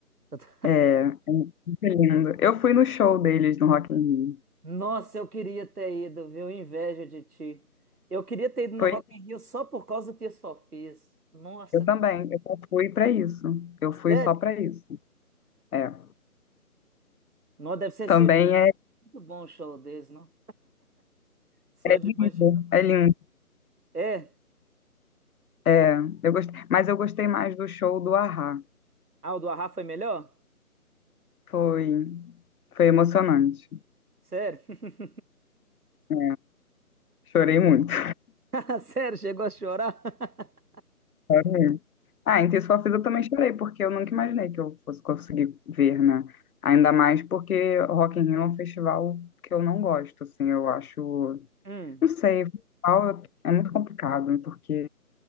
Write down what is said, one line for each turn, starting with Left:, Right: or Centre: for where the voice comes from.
Right: Eu tô-
Left: é, é muito lindo. Eu fui no show deles no Rock in Rio.
Right: Nossa, eu queria ter ido, viu? Inveja de ti. Eu queria ter ido no
Left: Foi,
Right: Rock in Rio só por causa do Tears for Fears. Nossa,
Left: eu também, eu só fui pra isso. Eu fui
Right: sério?
Left: só pra isso. É.
Right: Não, deve
Left: Também
Right: ser
Left: é
Right: Muito bom o show deles, não? Só de
Left: lindo,
Right: imaginar.
Left: é lindo.
Right: É?
Left: É, eu gostei, mas eu gostei mais do show do Ahá.
Right: Ah, o do Arrá foi melhor?
Left: Foi, foi emocionante.
Right: Sério? <laughs>
Left: É, chorei
Right: Não.
Left: muito.
Right: <laughs> Sério, chegou a chorar? <laughs>
Left: <laughs> Ah, em Ter Sua Vida eu também chorei, porque eu nunca imaginei que eu fosse conseguir ver, né? Ainda mais porque o Rock in Rio é um festival que eu não gosto, assim, eu acho...
Right: Hum,
Left: Não sei, festival é muito complicado, porque